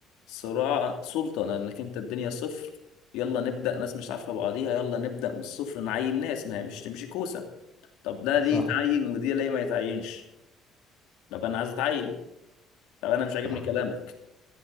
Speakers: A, on the left; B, on the right.
A: صراع سلطه لانك انت الدنيا صفر يلا نبدا ناس مش عارفه بعضيها يلا نبدا من الصفر نعين ناس ما هي مش تمشي كوسه طب
B: <laughs>
A: ده ليه
B: صح
A: يتعين ودي ليه ما يتعينش طب انا عايز اتعين طب انا مش عاجبني
B: صح
A: كلامك